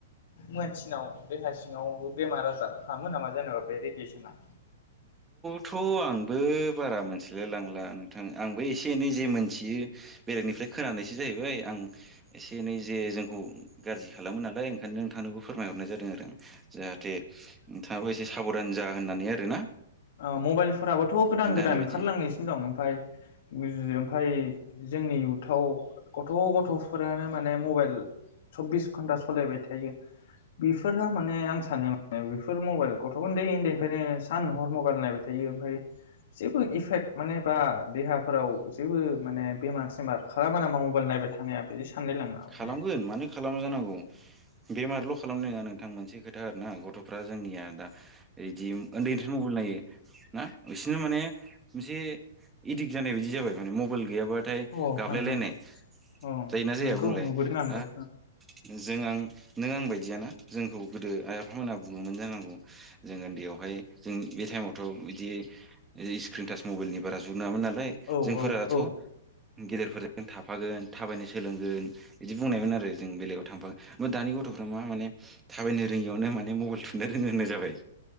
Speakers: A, on the left (about 60°); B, on the right (about 15°).
A: मानसिनाव देहा सिङावबो बेमार आजार खालामो नामा जेनेबा बे रेडियसना
B: थ' आंबो बारा मोनथिलाय लांला नोंथां आंबो एसे एनै जे मोनथियो बेलेगनिफ्राय खोनानायसो जाहैबाय आं एसे एनै जे जोंखौ गाज्रि खालामो नालाय ओंखायनो नोंथांनोबो फोरमायहरनाय जादों आरो आं जाहाथे नोंथाङाबो एसे साबधान जा होननानै आरो दोना
A: आ मबाइलफोराबोथ' गोदान गोदान
B: हानाय बायदि
A: ओंखारलांगासिनो दं ओमफाय <unintelligible> ओमफाय जोंनि इउथ थाव गथ' गथ'फोरानो माने मबाइल सब्बिस घन्टा सालायबाय थायो बिफोरहा माने आं सानो माने बेफोर मबाइल गथ' उन्दै उन्दैनिफ्रायनो सान नहर म बाइल नायबाय थायो ओमफ्राय जेबो इफेक्ट माने बा देहाफोराव जेबो माने बेमार सेमार खालामा नामा मबाइल नायबाय थानाया बिदि सानलायलाङो आं
B: खालामगोन
A: माने अ
B: मानो खालामा जानांगौ बेमारल' खालामनो नोङा नोंथां मोनसे खोथा आरोना गथ'फ्रा जोंनिया दा इदि उन्दैनिफ्राय मबाइल नायो ना बिसिनो माने मोनसे एदिक जानाय बायदि जाबाय माने मबाइल गैयाबाथाय
A: हो
B: गाबलायलायनाय
A: हो औ
B: जायोना जाया
A: नोंगौ नुबोदों आंबो
B: आ जों आं नों आं बायदियानो जोंखौ गोदो आइ आफामोनहा बुङोमोन जानांगौ जों उन्दैयावहाय जों बे टाइमावथ' बिदि स्क्रिन टाच मबाइलनि बारा जु नोङामोन नालाय
A: औ
B: जोंफोराथ'
A: औ औ
B: गेदेरफोरजों थाफागोन थाबायनो सोलोंगोन। बिदि बुंनायमोन आरो जों बेलेगाव थांफागोन मा दानि गथ'फ्रा मा माने थाबायनो रोङियावनो माने मबाइल थुनो रोङो होननाय जाबाय।